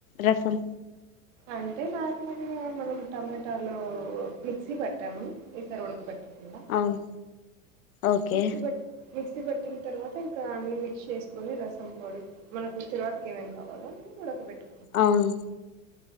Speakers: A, on the left; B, on the right.
A: రసం
B: అంటే నార్మల్గా మనం టమాటాలు మిక్సీ పట్టాము ఈసారి ఉడకబెట్టాలేదు ఎలా
A: అవును ఓకే
B: మిక్సి బట్ మిక్సి బట్టింటే తర్వాత ఇంకా అన్ని మిక్స్ చేసుకొని రసం పొడి మనకు తిరువాతకి ఏమేమేం కావాలో ఉడక పెట్టుకు
A: అవును